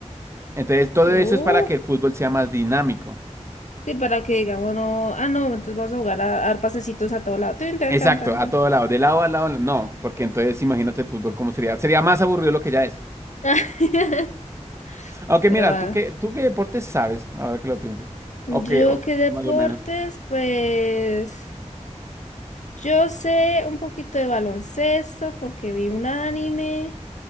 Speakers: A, on the right; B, on the left.
A: Entonces, todo
B: Oh,
A: eso es para que el fútbol sea más dinámico.
B: sí, para que digamos, no, ah, no, entonces vamos a jugar a, a dar pasecitos a todo lado. Tin, tan,
A: Exacto,
B: tan, tan,
A: a
B: tan.
A: todo lado, de lado a lado, no, porque entonces imagínate el fútbol cómo sería. Sería más aburrido lo que ya es.
B: <laughs>
A: Aunque
B: Pero
A: mira,
B: ah,
A: ¿tú qué, tú qué deporte sabes ahora que lo pienso?
B: yo
A: O qué, o
B: qué deportes,
A: más o menos.
B: pues yo sé un poquito de baloncesto porque vi un anime,